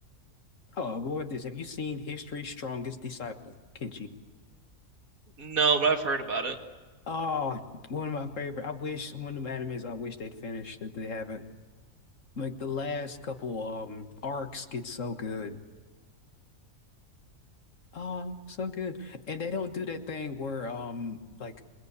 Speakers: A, on the left; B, on the right.
A: oh, what about this? Have you seen History's Strongest Disciple, Kenshi?
B: No, but I've heard about it.
A: Oh, one of my favorite. I wish one of the animes I wish they'd finished that they haven't. Like the last couple um arcs get so good. Oh, so good. And they don't do that thing where um like